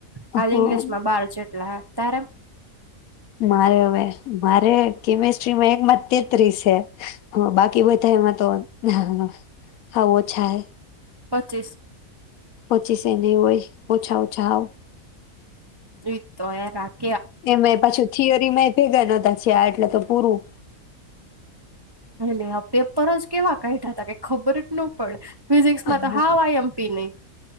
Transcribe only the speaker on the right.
હાલ
ઇંગ્લિશ માં બાર જેટલા હે. તારા
પચીસ.
પ્રીત તોય રાખ.
હાલ લેવા પેપર જ કેવા. કઇ <unintelligible> તા કે ખબર જ ન પડે. ફિઝિક્સ
માં તો હાવ આઈ. એમ. પી. નઈ.